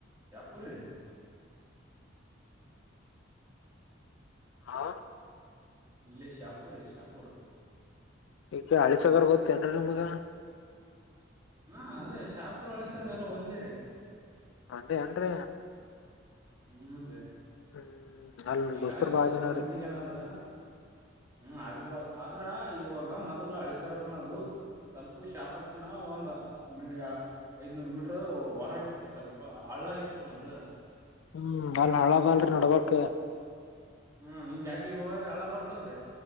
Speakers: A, on the right; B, on the left.
A: ಶಾಪುರರಿ.
B: ಹಾ
A: ಇಲ್ಲೆ ಶಾಪುರಿ ಶಾಪೂರ್.
B: ಇಚೆ ಹಳಿ ಸಾಗರ ಗೊತ್ತೇನ್ರೀ ನಿಮ್ಗ
A: ಹ ಅದೇ ಶಾಪುರ್ ಹಳೆ ಸಾಗರ್ ಎಲ್ಲ ಒಂದೇ ರೀ.
B: ಅದೇ ಅನ್ರೀ.
A: ಹ್ಮ್ ರೀ
B: ಹ್ಮ್ ಅಲ್ ನಮ್
A: ಈಗ
B: ದೋಸ್ತರು ಬಾಳ
A: ಕೆಲವೊಂದ್
B: ಜನ
A: ಮಂದಿಗ
B: ರೀ
A: ಏನದ ಹ್ಮ್ ಅದ ಬ ಆದ್ರ ಇವಾಗ ಮೊದಲು ಹಳ ಸಾಗರನದು. ಸ್ವಲ್ಪ ಶಾಪರಕ್ಕಿನ ಒಂದ್ ಮ ಐದನೂರು ಮೀಟರ್ ಟರ ಹೊರಗಿತ್ರಿ ಸ್ವಲ್ಪ ಹಳ್ಳ ಇತ್ರಿ ಒಂದ
B: ಹ್ಮ್ ಅಲ್ಲಿ ಹಳ್ಳ ಅದಲ್ರರಿ ನಡಬರ್ಕ್
A: ಹಾ ಹಿಂಗ ಹೆಜ್ಜೆ ಇರೋವಾಗ ಹಳ್ಳ ಬರ್ತಲ್ರಿ